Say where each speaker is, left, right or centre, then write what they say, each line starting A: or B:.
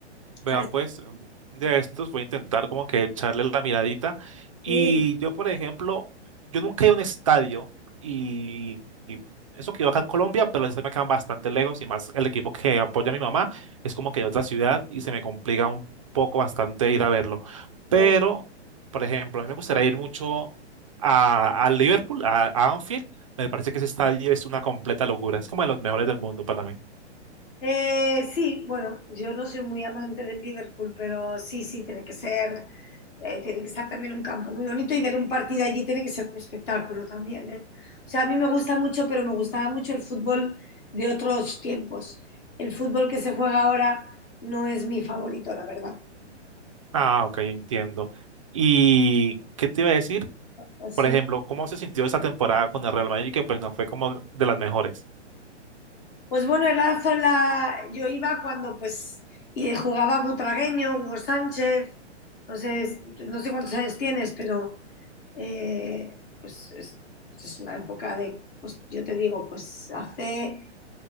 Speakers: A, on the right; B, on the left.
A: Vea,
B: ¿Sabes?
A: pues, de estos voy a intentar como que echarle la miradita. Y
B: Sí,
A: yo, por ejemplo, yo nunca he ido a un estadio y, y eso que yo acá en Colombia, pero los estadios me quedan bastante lejos y más el equipo que apoya a mi mamá es como que de otra ciudad y se me complica un poco bastante ir a verlo.
B: ya.
A: Pero, por ejemplo, a mí me gustaría ir mucho a, a Liverpool, a, a Anfield. Me parece que ese estadio es una completa locura. Es como de los mejores del mundo para mí.
B: Eh, sí, bueno, yo no soy muy amante del Liverpool, pero sí, sí, tiene que ser, eh, tiene que estar también un campo muy bonito y ver un partido allí tiene que ser un espectáculo también, ¿eh? O sea, a mí me gusta mucho, pero me gustaba mucho el fútbol de otros tiempos. El fútbol que se juega ahora no es mi favorito, la verdad.
A: Ah, ok, entiendo. ¿Y qué te iba a decir?
B: Así.
A: Por ejemplo, ¿cómo se sintió esa temporada con el Real Madrid? Que pues no fue como de las mejores.
B: Pues bueno, el Lazo, la... yo iba cuando pues y jugaba Butragueño, Hugo Sánchez, no sé, no sé cuántos años tienes, pero eh, pues, es, pues es una época de, pues yo te digo, pues hace,